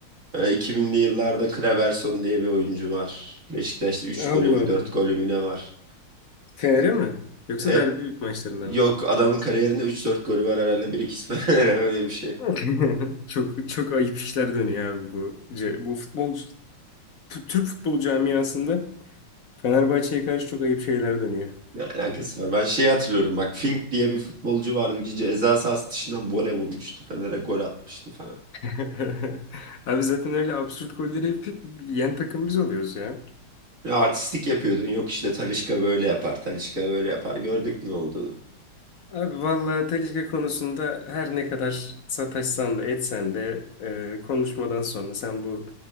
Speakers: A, on the right (about 40°); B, on the left (about 55°).
A: Ee, 2000'li yıllarda Kleberson diye bir oyuncu var. Beşiktaş'ta 3 golü
B: Allah
A: mü
B: Allah.
A: 4 golü mü ne var?
B: Fener'e mi? Yoksa
A: E,
B: derbi maçlarında
A: yok
B: mı?
A: adamın kariyerinde üç dört golü var herhalde. bir 2 Fener'e <laughs> öyle bir şey.
B: <laughs> Çok çok ayıp işler dönüyor abi bu. ce- Bu futbol T- Türk futbol camiasında Fenerbahçe'ye karşı çok ayıp şeyler dönüyor.
A: Ne alakası var? Ben şeyi hatırlıyorum bak Fink diye bir futbolcu vardı. Ceza sahası dışından vole vurmuştu. Fener'e gol atmıştı falan.
B: <laughs> Abi zaten öyle absürt golleri hep yen takım biz oluyoruz ya.
A: Ya artistlik yapıyordun. Yok işte Talisca böyle yapar. Talisca böyle yapar. Gördük ne olduğunu.
B: Abi vallahi Talişka konusunda her ne kadar sataşsan da etsen de e, konuşmadan sonra sen bu